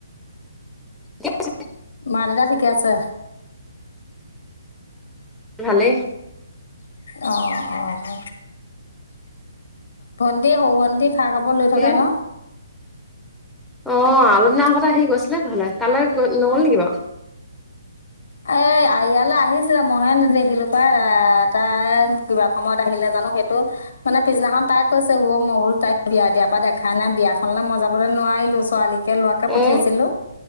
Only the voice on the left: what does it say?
মা দেউতা ঠিকে আছে?
অ', অ'। অহ। ভন্দে হও ভন্দে চাহ খাব লৈ
থকা ন'।
এ ইয়ালৈ আহিছিলে মইহে নেদেখিলো পাই এ তাই কিবা সময়ত আহিলে জানো সেইটো মানে পিছদিনাখন তাই কৈছে উঅ ম বুলো তাই বিয়া দিয়াৰ পৰা দেখা নাই বিয়াখনলৈ মই যাবলৈ নোৱাৰিলো ছোৱালীক একে লোৱাকে পঠিয়াইছিলো,